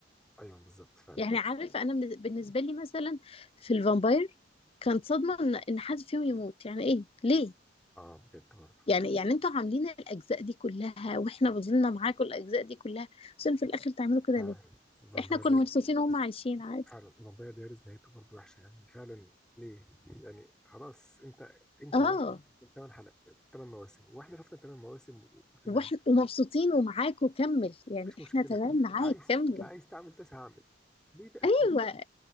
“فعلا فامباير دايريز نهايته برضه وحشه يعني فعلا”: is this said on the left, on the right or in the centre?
Centre